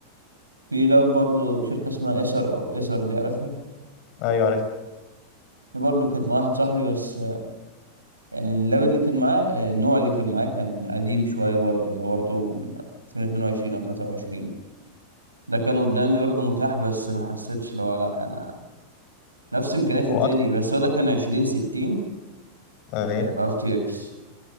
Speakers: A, on the right; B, on the left.
A: في لاب برضه شركة اسمها إيسر أو إيسر دي عارفها
B: ايوه عارف
A: دي برضه كانت مع واحد صاحبي بس يعني اللاب اللي كان معاه آه، النوع اللي كان معاه كان قديم شوية برضه لو برضه من 2022 أو 23 ده كان قدامي برضه متاح بس ما حسيتش لو لا أنا نفس إمكانيات التاني
B: هو اكتر
A: بس هو ده كان 2060
B: اي
A: ار تي اكس